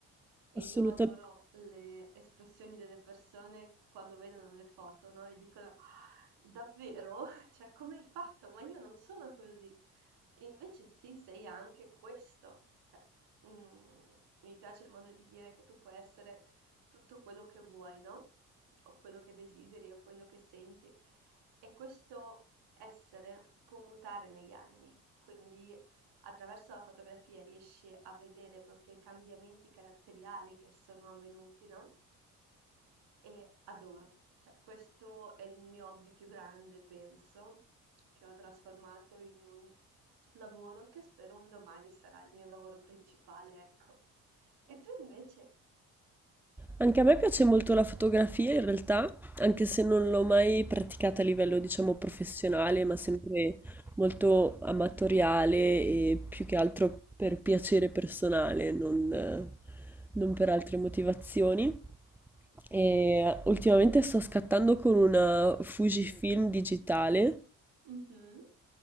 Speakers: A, on the right; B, in the centre.
A: E
B: assolutamente.
A: io adoro le espressioni delle persone quando vedono le foto, no? E dicono, "Ah, davvero? <laughs> Cioè, come hai fatto? Ma io non sono così. Invece sì, sei anche questo. Cioè, mhmm, mi piace il modo di dire che tu puoi essere tutto quello che vuoi, no, o quello che desideri o quello che senti e questo essere può mutare negli anni, quindi attraverso la fotografia riesce a vedere proprio i cambiamenti caratteriali che sono avvenuti, no? E adoro. Cioè, questo è il mio hobby più grande, penso, che ho trasformato in un lavoro che spero un domani sarà il mio lavoro principale, ecco. E tu invece?
B: Anche a me piace molto la fotografia in realtà, anche se non l'ho mai praticata a livello, diciamo, professionale, ma sempre molto amatoriale e più che altro per piacere personale, non, eh, non per altre motivazioni. E ultimamente sto scattando con una Fujifilm digitale
A: Mhm.